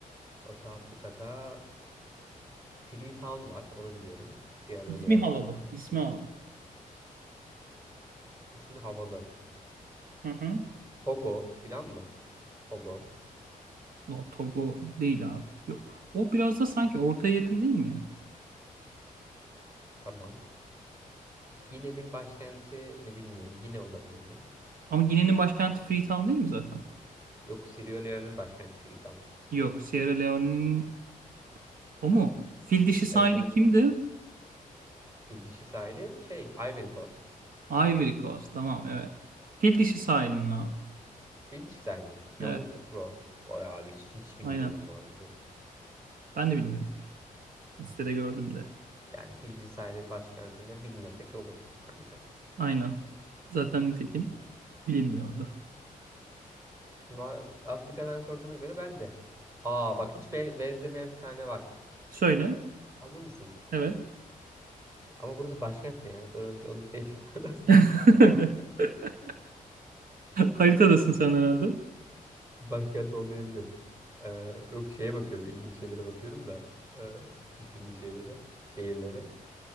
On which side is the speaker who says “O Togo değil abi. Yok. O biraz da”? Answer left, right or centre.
Right